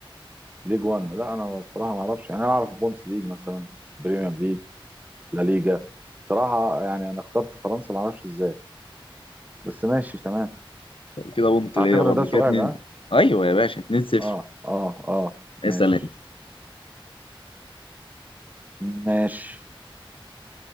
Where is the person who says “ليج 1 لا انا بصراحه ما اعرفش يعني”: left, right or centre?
Right